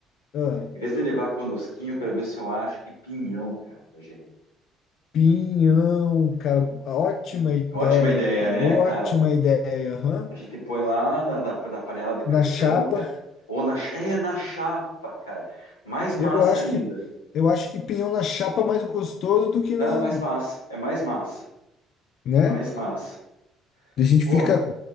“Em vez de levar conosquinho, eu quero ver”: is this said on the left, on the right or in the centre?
Left